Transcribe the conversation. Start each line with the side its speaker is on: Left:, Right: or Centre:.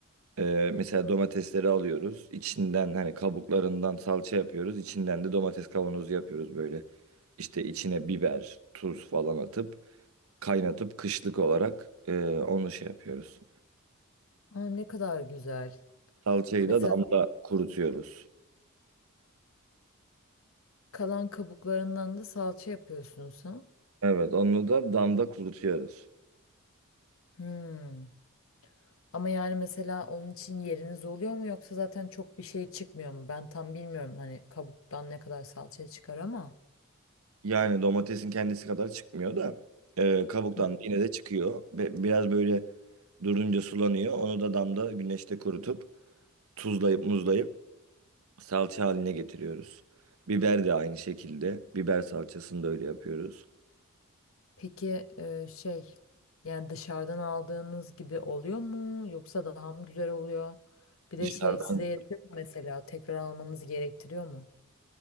Right: E, mesela domatesleri alıyoruz. İçinden hani kabuklarından salça yapıyoruz. İçinden de domates kavanozu yapıyoruz böyle. İşte içine biber, tuz falan atıp kaynatıp kışlık olarak e, onu şey yapıyoruz.
Left: Aa, ne kadar güzel.
Right: Salçayı
Left: Mesela
Right: da damda kurutuyoruz.
Left: Kalan kabuklarından da salça yapıyorsunuz ha?
Right: Evet onu da damda kurutuyoruz.
Left: Hmm. Ama yani mesela onun için yeriniz oluyor mu yoksa zaten çok bir şey çıkmıyor mu? Ben tam bilmiyorum hani kabuktan ne kadar salça çıkar ama.
Right: Yani domatesin kendisi kadar çıkmıyor da e, kabuktan
Left: Hı.
Right: da yine de çıkıyor. Ve biraz böyle durunca sulanıyor. Onu da damda güneşte kurutup tuzlayıp muzlayıp salça haline getiriyoruz. Biber de aynı şekilde. Biber salçasını da öyle yapıyoruz.
Left: Peki e, şey yani dışarıdan aldığınız gibi oluyor mu yoksa daha mı güzel oluyor? Bir de
Right: Dışarıdan
Left: şey size yetiyor mu mesela tekrar almanız gerektiriyor mu?